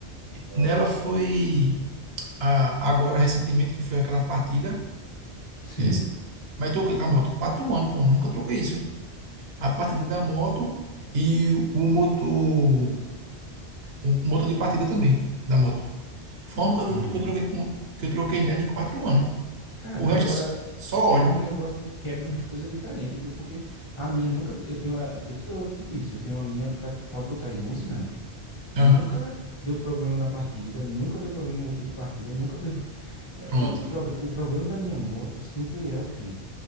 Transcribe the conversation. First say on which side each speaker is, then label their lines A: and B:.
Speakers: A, on the right; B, on the left.
A: nela foi a- agora recentemente, que foi aquela partida.
B: Sim.
A: Entendeu? Mas troquei com a moto. Quatro anos, pô, nunca troquei isso. A partida da moto e o motor. O motor de partida também, da moto. Foi a única que
B: Hum.
A: eu, que eu troquei, com- que eu troquei nela em quatro anos.
B: Caramba,
A: O resto
B: agora
A: é s- só
B: quebra
A: óleo.
B: uns negócios, de- quebra uns coisas diferentes, viu? Porque a minha nunca, eu tenho, a- eu feito, eu te disse, eu tenho a minha, prática, pode botar aí, 11 anos.
A: Aham,
B: Nunca deu problema na partida, nunca deu problema no motor de partida, nunca deu. é,
A: pronto.
B: O, o, proble- o problema da minha moto sempre é o quê?